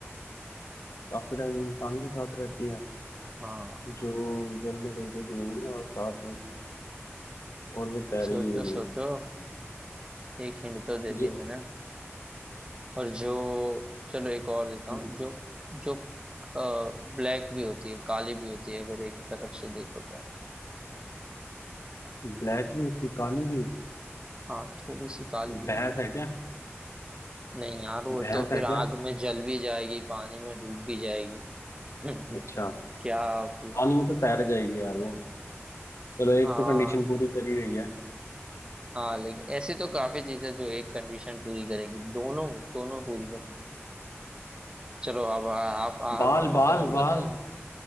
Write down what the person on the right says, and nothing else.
हाँ
सोचो
सोचो एक हिंट तो दे
दी मैंने और जो चलो एक और देता
हूँ जो जो ब्लैक भी होती है काली भी होती है अगर एक तरफ से देखो तो
हाँ थोड़ी सी काली भी
होती
है नहीं यार वो
तो फिर
आग में जल भी जाएगी पानी में डूब भी जाएगी <laughs>
क्या आप ये
हाँ
हाँ लेकिन ऐसी तो काफी चीजें जो एक कंडीशन पूरी करेगी दोनों दोनों पूरी करनी चाहिए चलो अब आ, आप हार
मानो
तो मैं बता
दूं